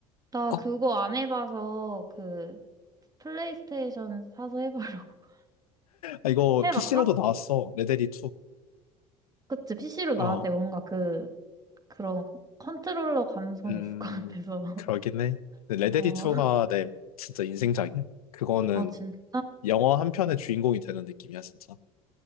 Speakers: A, on the right; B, on the left.
A: 나
B: 어?
A: 그거 안 해봐서 그 플레이스테이션 사서 해보려고. <laughs>
B: 아, 이거
A: 해봤어?
B: PC로도 나왔어. 레데리 2.
A: 그치, PC로 나왔는데
B: 어,
A: 뭔가 그, 그런 컨트롤러 감성이
B: 음,
A: 있을 것 같아서. <laughs>
B: 그러긴 해. 근데 레데리
A: 어,
B: 2가 내 진짜 인생작이야. 그거는
A: 아, 진짜?
B: 영화 한 편의 주인공이 되는 느낌이야, 진짜.